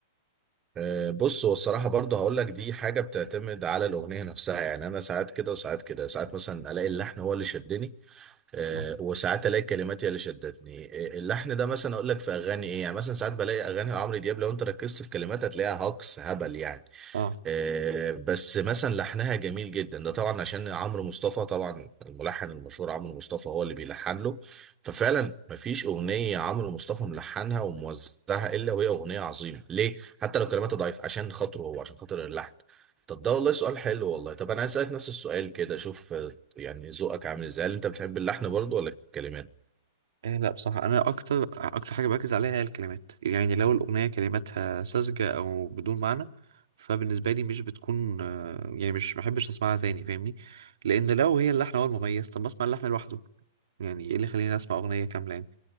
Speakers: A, on the right; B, on the right.
A: آه، بص هو الصراحة برضه هقول لك دي حاجة بتعتمد على الأغنية نفسها يعني أنا ساعات كده وساعات كده ساعات مثلا ألاقي اللحن هو اللي شدني آه،
B: اه
A: وساعات ألاقي الكلمات هي اللي شدتني آه، اللحن ده مثلا أقول لك في أغاني إيه يعني مثلا ساعات بلاقي أغاني عمرو دياب لو أنت ركزت في كلماتها تلاقيها هجص هبل يعني
B: اه
A: آه، بس مثلا لحنها جميل جدا ده طبعا عشان عمرو مصطفى طبعا الملحن المشهور عمرو مصطفى هو اللي بيلحن له ففعلا مفيش اغنيه عمرو مصطفى ملحنها وموزعها الا وهي اغنيه عظيمه ليه حتى لو كلماتها ضعيف عشان خاطره هو عشان خاطر اللحن طب ده والله سؤال حلو والله طب انا هسألك نفس السؤال كده شوف آه، يعني ذوقك عامل ازاي هل انت بتحب اللحن برضه ولا الكلمات
B: إيه لا بصراحة أنا أكتر أكتر حاجة بركز عليها هي الكلمات يعني لو الأغنية كلماتها ساذجة أو بدون معنى فبالنسبة لي مش بتكون آه، يعني مش محبش أسمعها تاني فاهمني لأن لو هي اللحن هو المميز طب ما أسمع اللحن لوحده يعني إيه اللي يخليني أسمع أغنية كاملة يعني